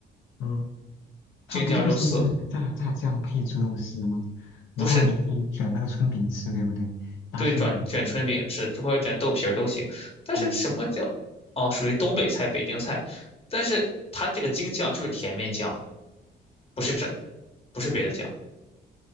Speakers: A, on the left; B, on the left.
A: 嗯它不就是用那个炸炸酱配猪肉丝吗？
B: 京酱肉丝
A: 然后你可以卷那个春饼吃，
B: 不是
A: 对不对？搭春饼吃。
B: 对转卷春饼吃，或者卷豆皮儿都行。但是什么叫哦，
A: 嗯，
B: 属于东北菜、北京菜，但是它这个京酱就是甜面酱，不是这不是别的酱。